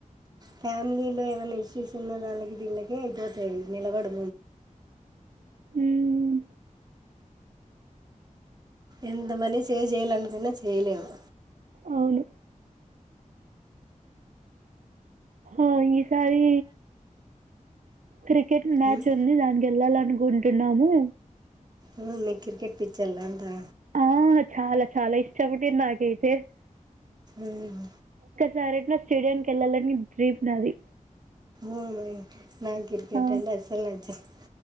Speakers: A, on the right; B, on the right.
A: ఫ్యామిలీలో ఏమైనా ఇష్యూస్ ఉన్న దాన్లకి దిన్లకే అయిపోతాయి నిలబడవు.
B: ఉమ్
A: ఎంత మనీ సేవ్ చేయాలనుకున్నా చేయలేవు.
B: అవును హా ఈసారి క్రికెట్ మ్యాచ్
A: ఉమ్,
B: ఉంది దానికి వెళ్ళాలనుకుంటున్నాము
A: ఉమ్ మీకు క్రికెట్ పిచ్చోళ్ళంతా
B: ఆ చాలా చాలా ఇష్టపటింది నాకైతే
A: ఉమ్
B: డైరెక్ట్గా స్టేడియాకి వెళ్ళాలని డ్రీమ్ నాది
A: ఓ మై నాక్ క్రికెట్ంటె
B: ఆ
A: అసల్ నచ్చదు